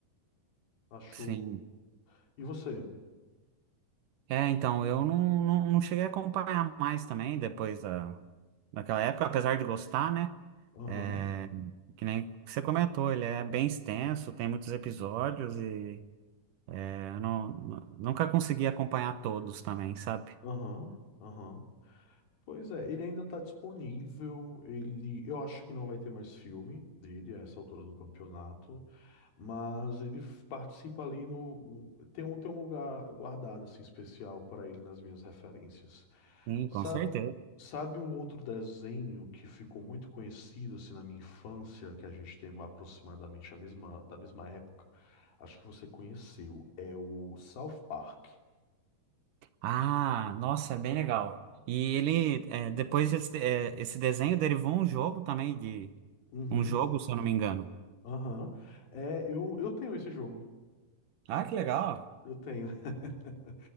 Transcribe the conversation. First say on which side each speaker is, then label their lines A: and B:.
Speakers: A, on the left (about 70°); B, on the right (about 70°).
A: acho.
B: Sim.
A: E você?
B: É, então, eu não, não, não cheguei a acompanhar mais também depois da, daquela época, apesar de gostar, né?
A: Aham,
B: É, que nem você comentou, ele é bem extenso, tem muitos episódios e é, eu não, nu- nunca consegui acompanhar todos também, sabe?
A: aham, aham. Pois é, ele ainda tá disponível. Ele, eu acho que não vai ter mais filme dele a essa altura do campeonato. Mas ele f- participa ali no, no- tem um, tem um lugar guardado assim especial para ele nas minhas referências.
B: Sim,
A: Sabe,
B: com certeza.
A: sabe um outro desenho que ficou muito conhecido assim na minha infância, que a gente tem aproximadamente a mesma da mesma época? Acho que você conheceu, é o South Park.
B: Ah, nossa, é bem legal. E ele, é, depois esse, é, esse desenho derivou um jogo também de
A: Uhum.
B: um jogo, se eu não me engano.
A: Aham. É, eu, eu tenho esse jogo.
B: Ah, que legal.
A: Eu tenho. <laughs>